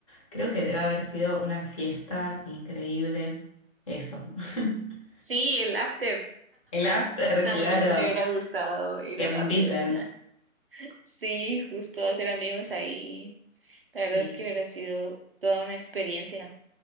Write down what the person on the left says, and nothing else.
Creo que debe haber sido una fiesta increíble. Eso. <laughs>
El after,
claro,
que
me
inviten.
Sí.